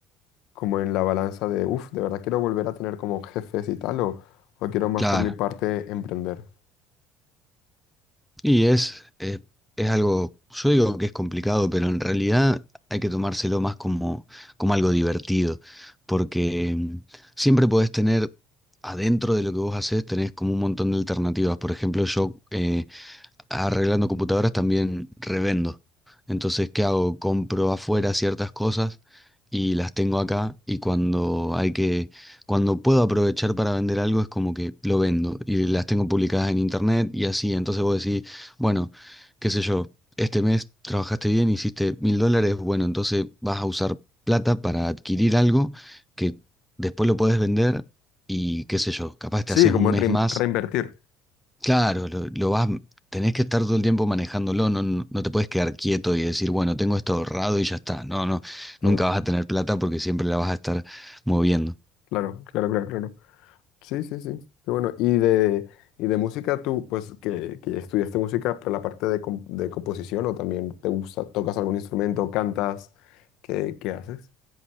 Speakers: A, on the left (about 65°); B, in the centre.
A: como en la balanza de, uff, de verdad quiero volver a tener como jefes y tal, o, o quiero más
B: Claro.
A: por mi parte emprender.
B: Y es, eh, es algo, yo digo que es complicado, pero en realidad hay que tomárselo más como, como algo divertido, porque mm, siempre podés tener, adentro de lo que vos hacés, tenés como un montón de alternativas. Por ejemplo, yo eh, arreglando computadoras también revendo. Entonces, ¿qué hago? Compro afuera ciertas cosas y las tengo acá y cuando hay que, cuando puedo aprovechar para vender algo es como que lo vendo y las tengo publicadas en internet y así. Entonces vos decís, bueno, qué sé yo, este mes trabajaste bien, hiciste mil dólares, bueno, entonces vas a usar plata para adquirir algo que después lo podés vender y qué sé yo, capaz
A: Sí,
B: te haces
A: como
B: un mes
A: rein-
B: más
A: reinvertir.
B: Claro, lo, lo vas, tenés que estar todo el tiempo manejándolo, no, no, no te puedes quedar quieto y decir, bueno, tengo esto ahorrado y ya está. No, no,
A: Claro,
B: nunca vas a tener plata porque siempre la vas a estar moviendo.
A: claro, claro, claro, claro. Sí, sí, sí. Qué bueno. Y de, y de música, tú, pues, que, que estudiaste música, pero la parte de, com- de composición, o también te gusta, tocas algún instrumento, cantas, ¿qué, qué haces?